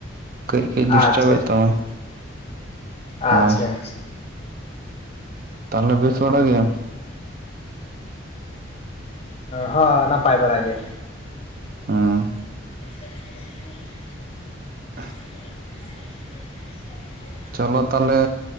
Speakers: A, on the right; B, on the left.
A: ᱠᱟᱹᱡ ᱠᱟᱹᱡ ᱰᱤᱥᱴᱟᱵ
B: ᱟᱪᱪᱷᱟ
A: ᱮ ᱛᱟᱢᱟᱭ᱾ ᱦᱳᱭ
B: ᱟᱪᱪᱷᱟ ᱟᱪᱪᱷᱟ
A: ᱛᱟᱦᱚᱞᱮ ᱯᱮᱥ ᱵᱟᱲᱟᱜ ᱜᱮᱭᱟᱢ?
B: ᱦᱚᱸ ᱱᱟᱯᱟᱭ ᱵᱟᱲᱟ ᱜᱮ
A: ᱦᱚᱸ
B: <inaudible>
A: <inaudible>
B: <inaudible>
A: ᱪᱚᱞᱚ ᱛᱟᱦᱚᱞᱮ,